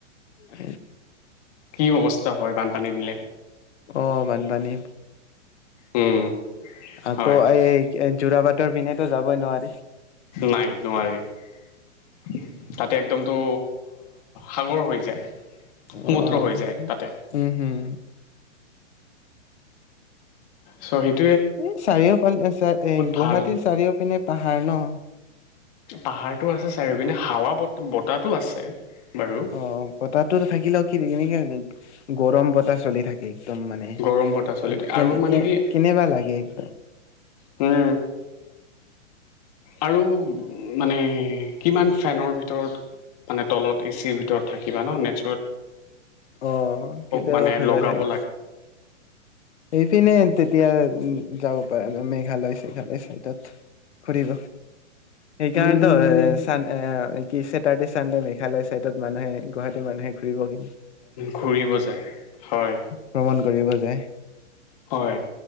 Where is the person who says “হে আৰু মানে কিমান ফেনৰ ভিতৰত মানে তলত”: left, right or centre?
Left